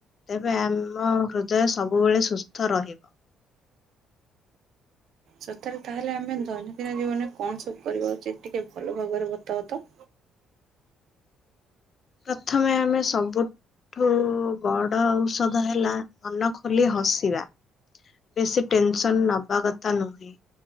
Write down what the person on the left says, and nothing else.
ତେବେ ଆମ ହୃଦୟ ସବୁବେଳେ ସୁସ୍ଥ ରହିବ।
ପ୍ରଥମେ ଆମେ ସବୁ ଠୁ ବଡ ଔଷଧ ହେଲା ମନ ଖୋଲି ହସିବା। ବେଶୀ ଟେନ୍ ସନ୍ ନବା କଥା ନୁହେଁ।